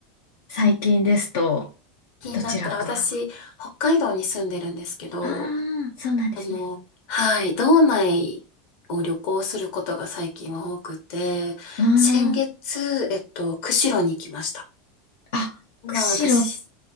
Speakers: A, on the left (about 80°); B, on the left (about 60°).
A: 最近ですと、
B: 気になったら、
A: どちらか。
B: 私、北海道に住んでるんですけど、
A: ああ、そうなんですね。
B: あの、はい、道内を旅行することが最近は多くて、
A: あー
B: 先月、えっと、釧路に行きました。
A: あ、
B: 今私、
A: 釧路、